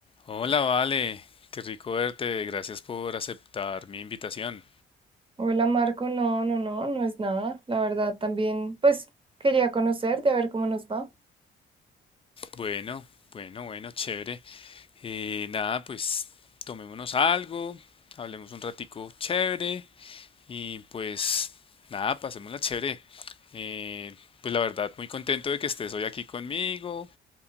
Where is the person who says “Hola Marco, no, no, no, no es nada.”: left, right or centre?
Right